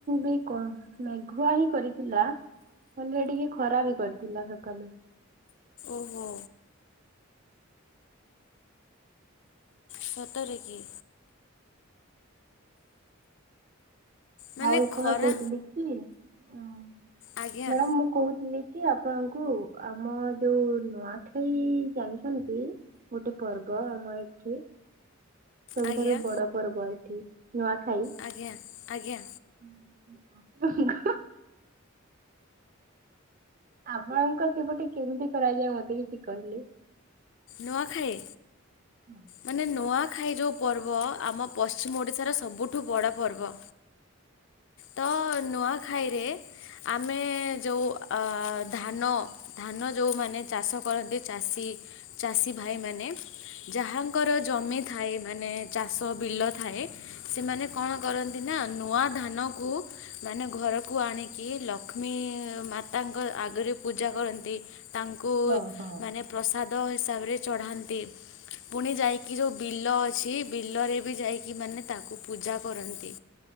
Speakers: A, on the right (about 40°); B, on the left (about 60°).
A: ବି କମ୍ ମେଘୁଆ ହିଁ କରିଥିଲା। ଭଲରେ ଟିକେ ଖରା ବି କରିଥିଲା ସକାଳୁ।
B: ଓହୋ। ସତରେକି? ମାନେ
A: ଆଉ
B: ଖରା
A: କଣ କହୁଥିଲି କି ମ୍ୟାଡ଼ାମ
B: ଆଜ୍ଞା
A: ମୁଁ କହୁଥିଲି କି ଆପଣଙ୍କୁ ଆମ ଯୋଉ ନୂଆଖାଇ ଜାଣିଛନ୍ତି? ଗୋଟେ ପର୍ବ ଆମ ଏଠି। ସବୁଠାରୁ
B: ଆଜ୍ଞା
A: ବଡ ପର୍ବ ଏଠି ନୂଆଖାଇ।
B: ଆଜ୍ଞା ଆଜ୍ଞା।
A: ଉଁ ହୁଁ <unintelligible> ଆପଣଙ୍କ ସେପଟେ କେମିତି କରାଯାଏ ମତେ କିଛି କହିଲେ?
B: ନୂଆଖାଇ?
A: ହଁ।
B: ମାନେ ନୂଆଖାଇ ଯୋଉ ପର୍ବ ଆମ ପଶ୍ଚିମ ଓଡ଼ିଶାର ସବୁଠୁ ବଡ଼ ପର୍ବ। ତ ନୂଆଁଖାଇ ରେ ଆମେ ଯୋଉ ଆ ଧାନ ଧାନ ଯୋଉମାନେ ଚାଷ କରନ୍ତି ଚାଷୀ ଚାଷୀ ଭାଇମାନେ ଯାହା ଙ୍କର ଜମି ଥାଏ ମାନେ ଚାଷ ବିଲ ଥାଏ ସେମାନେ କଣ କର ନ୍ତିନା ନୂଆଁ ଧାନକୁ ମାନେ ଘରକୁ ଆଣିକି ଲକ୍ଷ୍ମୀ ମାତାଙ୍କ ଆଗରେ ପୂଜା କରନ୍ତି। ତାଙ୍କୁ
A: ହଁ ହଁ
B: ମାନେ ପ୍ରସାଦ ହିସାବରେ ଚଢ଼ାନ୍ତି। ପୁଣି ଯାଇକି ଯୋଉ ବିଲ ଅଛି ବିଲରେ ବି ଯାଇକି ମାନେ ତାକୁ ପୂଜା କରନ୍ତି।